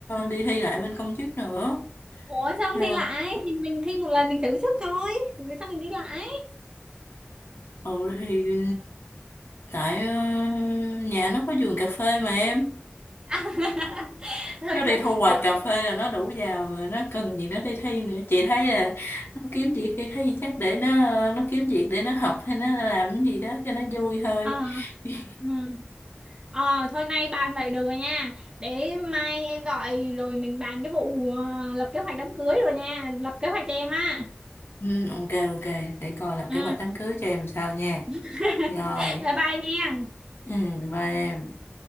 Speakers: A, on the left (about 70°); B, on the right (about 20°).
A: đi thi lại bên công chức nữa.
B: ủa xong
A: Ờ,
B: thi lại thì mình thi một lần mình thử sức thôi vì sao mình thi lại
A: Ừ thì tại ờ, nhà nó có vườn cà phê mà em.
B: <laughs> rồi
A: nó đi
B: sao
A: thu hoạch
B: đúng.
A: cà phê là nó đủ giàu rồi nó cần gì nó đi thi nữa chị thấy là nó kiếm việc đi thấy chắc để nó nó kiếm việc để nó học hay nó làm cái gì đó cho nó vui thôi
B: à,
A: <laughs>
B: ừ. Ờ, thôi nay bàn vậy được rồi nha. Để mai em gọi rồi mình bàn cái vụ ờ, lập kế hoạch đám cưới rồi nha. Lập kế hoạch cho em á.
A: ừ, ok ok để coi lập
B: Ừ.
A: kế hoạch đám cưới cho em sao nha
B: <laughs>
A: rồi
B: Bye bye nha.
A: ừ, bye em